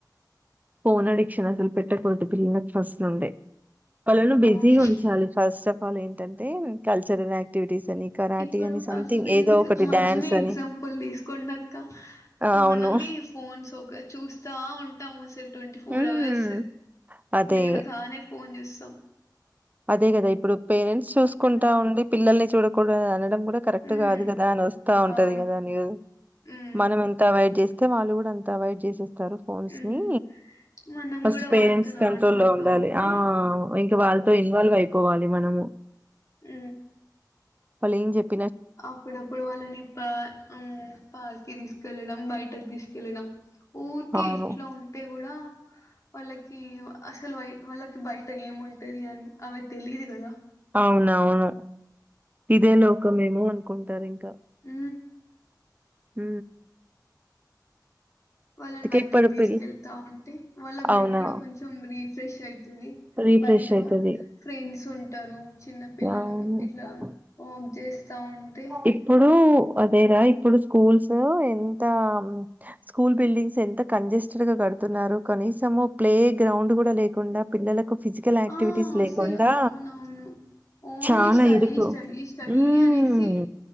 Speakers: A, on the right (about 20°); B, on the left (about 45°).
A: ఫోన్ అడిక్షన్ అసలు పెట్టకూడదు పిల్లలకు ఫస్ట్ నుండే వాళ్లను బిజీగా
B: అవును.
A: ఉంచాలి ఫస్ట్ ఆఫ్ ఆల్ ఏంటంటే కల్చరల్ యాక్టివిటీస్ అని, కరాటీ
B: ఇప్పుడు
A: అని సంథింగ్
B: అంతే
A: ఏదో
B: ఎందుకు
A: ఒకటి
B: మనల్నే
A: డాన్స్
B: ఎగ్జాంపుల్
A: అని.
B: తీసుకోండి అక్క
A: అవును.
B: మనమే ఈ ఫోన్స్ ఒక చూస్తా ఉన్ టం అసలు ట్వంటీ ఫోర్
A: హ్మ్.
B: అవర్స్
A: అదే.
B: లేవగానే ఫోన్ చూస్తాం
A: అదే కదా ఇప్పుడు పేరెంట్స్ చూసుకుంటా
B: హ్మ్.
A: ఉండి పిల్లల్ని చూడకూడదు అని అనడం కూడా కరెక్ట్
B: హ్మ్.
A: కాదు కదా అని వాస్త ఉంటది
B: అవును.
A: కదా న్యూధు
B: హ్మ్.
A: మనం ఎంత అవాయిడు చేస్ తే వాళ్ళు కూడా అంత అవాయిడ్ చేసేస్ తారు ఫోన్స్
B: హ్మ్.
A: ని
B: మనం
A: ఫస్ట్
B: గూడా
A: పేరెంట్స్
B: వాళ్ళతోని
A: కంట్రోల్లో
B: ఆడుకుంటూ
A: ఉండాలి
B: ఉంటే
A: ఆ ఇంకా వాళ్ ఇన్వాల్వ్ అయిపోవాలి మనము
B: ఉ
A: వాళ్లేం చెప్
B: అప్పుడప్పుడు వాళ్ళని పా అమ్ము పార్కి తీసుకెళ్ళడం బయటకి తీస్ కేళ్ళినం ఊరికే
A: అవును.
B: ఇంట్లో ఉంటే కూడా వాళ్ళకి అసలు వై వాళ్ళకి బయట ఏమి ఉంటది అని అవి తెలిదు కదా
A: అవును అవును ఇదే లోకమేమో అనుకుంటారు ఇంకా
B: ఉ
A: హు
B: వాళ్ళని బయటికి
A: ఇప్పుడు
B: తీసుకెళ్తా
A: పిల్
B: ఉంటే వాళ్ళ బ్రెయిన్
A: అవునా?
B: కూడా కొంచెం బ్రీఫ్ ఫ్రష్అయి తదిబయట
A: రీఫ్రెష్ అయితది.
B: ఫ్రెండ్స్ ఉంటరు చిన్న పిల్లలు
A: అవును.
B: ఇట్లా చేస్తా ఉంటే
A: ఇప్పుడు అదేరా ఇప్పుడు స్కూల్స్ ఎంత స్కూల్ బిల్డింగ్స్ ఎంత కంజెస్టెడ్ గా కడుతున్నారు కనీసము ప్లే గ్రౌండ్ కూడా లేకుండా పిల్లలకు ఫిజికల్ ఆక్టివిటీస్
B: ఆ
A: లేకుండా
B: అసలు అవునవును ఓన్లీ
A: చాలా
B: స్టడీ
A: ఇరుకు
B: స్టడీ స్టడీ
A: ఉమ్
B: అనేసి